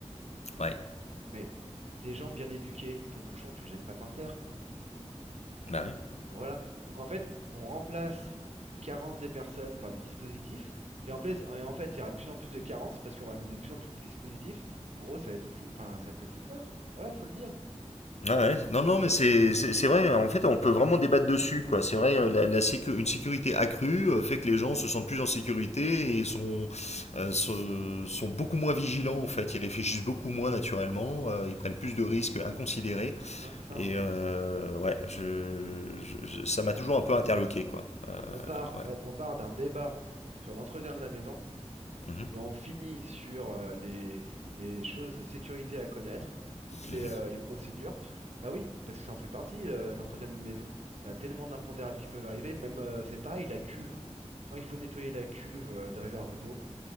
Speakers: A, on the left; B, on the right.
A: ouais.
B: Mais des gens bien éduqués, ton bouchon, tu le jettes pas par terre.
A: Bah oui.
B: Ah, Voilà. Donc en fait, on remplace les carences des personnes par des dispositifs. Et en place et en fait, il y aura de plus en plus de carences parce qu'on va mettre de plus en plus de dispositifs. En gros, ça va être le fou- enfin, ça va être le foutoir. Voilà, faut le dire.
A: Ah ouais. Non, non, mais c'est c'est- c'est vrai, en fait, on peut vraiment débattre dessus, quoi. C'est vrai, euh, la, la sécu- une sécurité accrue euh, fait que les gens se sentent plus en sécurité et sont, euh, se- sont beaucoup moins vigilants, en fait. Ils réfléchissent beaucoup moins naturellement, euh, ils prennent plus de risques inconsidérés.
B: Non, c'est ça.
A: Et
B: hein.
A: euh, ouais, je, je- je- ça m'a toujours un peu interloqué, quoi. Ouais.
B: On part,
A: Ouais.
B: regarde, on part d'un débat sur l'entretien de la maison.
A: Mhm,
B: et on finit sur euh, les, les choses de sécurité à connaître, toutes les,
A: mhm,
B: euh, les procédures, bah oui, parce que ça en fait partie, euh, l'entretien d'une maison. T'as tellement d'impondérables qui peuvent arriver, même euh, c'est pareil, la cuve. Quand il faut nettoyer la cuve euh, de réserve d'eau,